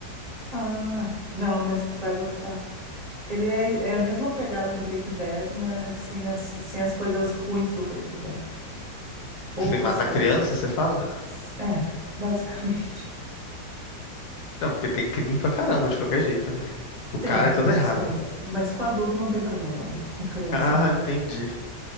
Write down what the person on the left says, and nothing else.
Você
mata
a criança, você fala?
Não, porque tem crime pra caramba de qualquer jeito, né? O
cara
é todo
errado.
Ah,
entendi.